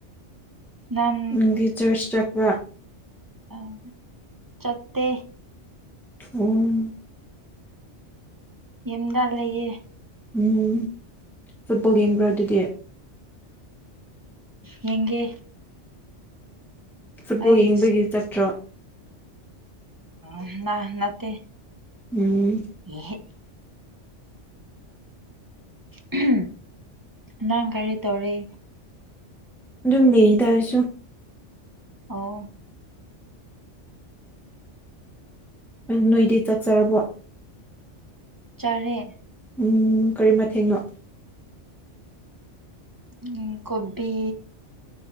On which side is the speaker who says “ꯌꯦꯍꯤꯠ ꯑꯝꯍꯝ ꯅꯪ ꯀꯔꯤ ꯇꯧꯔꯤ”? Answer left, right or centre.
Right